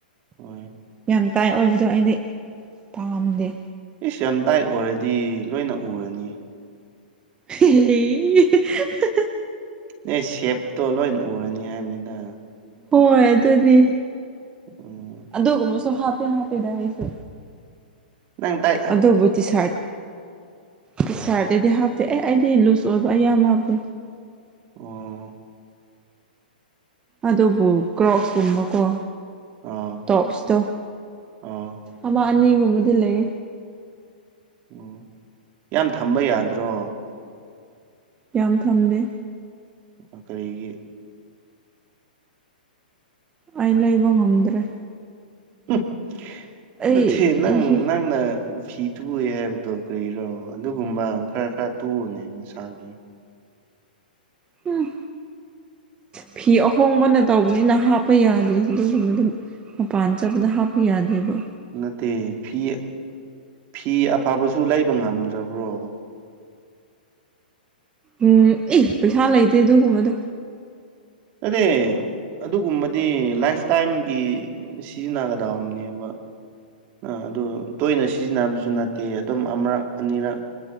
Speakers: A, on the right (about 35°); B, on the right (about 20°).
A: ꯍꯣꯏ
B: ꯌꯥꯝ ꯇꯥꯏ ꯑꯣꯏꯕꯗꯣ ꯑꯩꯗꯤ ꯄꯥꯝꯗꯦ
A: ꯏꯁ ꯌꯥꯝ ꯇꯥꯏ ꯑꯣꯏꯔꯗꯤ ꯂꯣꯏꯅ ꯎꯔꯅꯤ
B: <unintelligible>
A: ꯅꯩ ꯁꯦꯞꯇꯣ ꯂꯣꯏ ꯎꯔꯅꯤ ꯍꯥꯏꯕꯅꯤꯗ
B: ꯍꯣꯏ ꯑꯗꯨꯅꯤ
A: ꯎꯝ
B: ꯑꯗꯨꯒꯨꯝꯕꯁꯨ ꯍꯥꯞꯇꯤ ꯍꯥꯞꯄꯤꯗ ꯑꯩꯁꯨ
A: ꯅꯪ ꯇꯥꯏꯠ
B: ꯑꯗꯨꯕꯨ ꯇꯤ ꯁꯥꯔꯠ ꯇꯤ ꯁꯥꯔꯠꯇꯥꯗꯤ ꯍꯥꯞꯇꯦ ꯑꯦ ꯑꯩꯗꯤ ꯂꯨꯁ ꯑꯣꯏꯕ ꯑꯌꯥꯝꯕ ꯍꯥꯞꯄꯦ
A: ꯑꯣ
B: ꯑꯗꯨꯕꯨ ꯀ꯭ꯔꯣꯛꯁꯀꯨꯝꯕꯀꯣ
A: ꯑꯣ
B: ꯇꯣꯞꯁꯇꯣ
A: ꯑꯣ
B: ꯑꯃ ꯑꯅꯤꯒꯨꯝꯕꯗꯤ ꯂꯩ
A: ꯑꯣ ꯌꯥꯝ ꯊꯝꯕ ꯌꯥꯗ꯭ꯔꯣ
B: ꯌꯥꯝ ꯊꯝꯗꯦ
A: ꯑꯥ ꯀꯔꯤꯒꯤ
B: ꯑꯩ ꯂꯩꯕ ꯉꯝꯗ꯭ꯔꯦ
A: ꯎꯝ
B: ꯑꯩ
A: ꯅꯠꯇꯦ ꯅꯪ ꯅꯪꯅ ꯐꯤ ꯇꯨꯋꯦ ꯍꯥꯏꯕꯗꯣ ꯀꯔꯤꯔꯣ ꯑꯗꯨꯒꯨꯝꯕ ꯈꯔ ꯈꯔ ꯇꯨꯋꯣꯅꯦ ꯅꯁꯥꯒꯤ
B: ꯍꯝ ꯐꯤ ꯑꯍꯣꯡꯕꯅ ꯇꯧꯕꯅꯤꯅ ꯍꯥꯞꯄ ꯌꯥꯗꯦ ꯑꯗꯨꯒꯨꯝꯕ ꯗꯨꯝ ꯃꯄꯥꯟ ꯆꯠꯄꯗ ꯍꯥꯞꯄꯨ ꯌꯥꯗꯦꯕ
A: ꯅꯠꯇꯦ ꯐꯤ ꯐꯤ ꯑꯐꯕꯁꯨ ꯂꯩꯕ ꯉꯝꯗ꯭ꯔꯥꯕ꯭ꯔꯣ
B: ꯎꯝ ꯑꯦ ꯄꯩꯁꯥ ꯂꯩꯇꯦ ꯑꯗꯨꯒꯨꯝꯕꯗꯣ
A: ꯑꯗꯦ ꯑꯗꯨꯒꯨꯝꯕꯗꯤ ꯂꯥꯏꯐ ꯇꯥꯏꯝꯒꯤ ꯁꯤꯖꯤꯟꯅꯒꯗꯧꯅꯦꯕ ꯑꯥ ꯑꯗꯨ ꯇꯣꯏꯅ ꯁꯤꯖꯤꯟꯅꯕꯁꯨ ꯅꯠꯇꯦ ꯑꯗꯨꯝ ꯑꯃꯔꯛ ꯑꯅꯤꯔꯛ